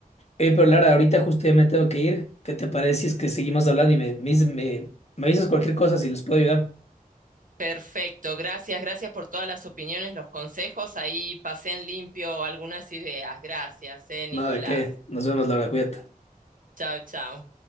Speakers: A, on the left; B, on the right.
A: Eh, pero Lara, ahorita justo ya me tengo que ir. ¿Qué te parece si es que seguimos hablando y me, me, dices- me me avisas cualquier cosa si les puedo ayudar?
B: Perfecto, gracias, gracias por todas las opiniones, los consejos. Ahí pasé en limpio algunas ideas. Gracias, eh, Nicolás.
A: Nada de qué. Nos vemos, Lara, cuídate.
B: Chao, chao.